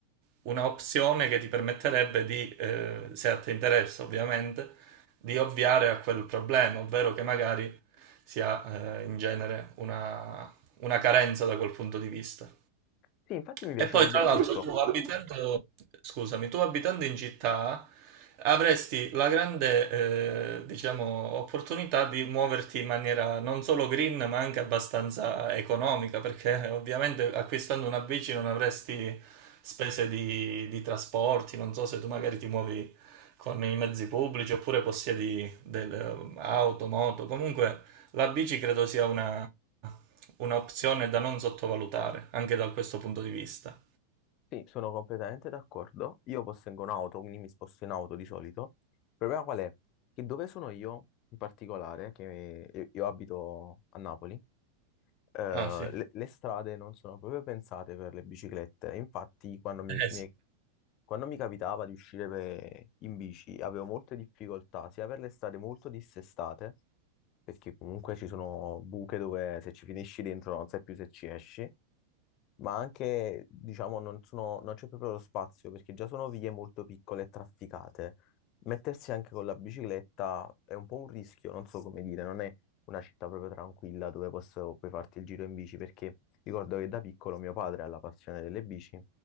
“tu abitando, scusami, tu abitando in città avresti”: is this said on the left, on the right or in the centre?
Right